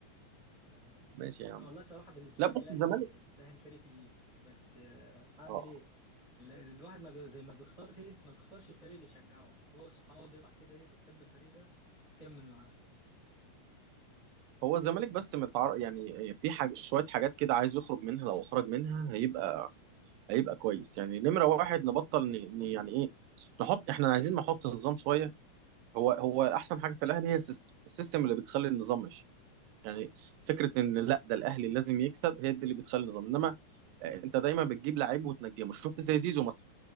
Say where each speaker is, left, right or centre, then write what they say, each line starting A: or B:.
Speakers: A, on the right; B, on the right.
A: آه،
B: ماشي يا عم
A: والله صراحه بالنسبه
B: لا بس
A: لي الاهلي
B: الزمالك
A: الاهلي فريق كبير بس آه، هعمل
B: اه
A: ايه ال- الواحد ما بي- زي ما بيختارش ايه ما بيختارش الفريق اللي يشجعه هو سبحان الله بيطلع كده ايه بتحب الفريق ده بتكمل معاه
B: هو الزمالك بس متعر... يعني في حاجة شوية حاجات كده عايز يخرج منها لو خرج منها هيبقى هيبقى كويس يعني نمرة واحد نبطل ن... ن... يعني ايه نحط احنا عايزين نحط نظام شوية هو هو احسن حاجة في الاهلي هي السيستم السيستم اللي بتخلي النظام ماشي يعني فكره ان لا ده الاهلي لازم يكسب هي دي اللي بتخلي النظام انما آه، انت دايما بتجيب لعيب وتنجمه شفت زي زيزو مثلا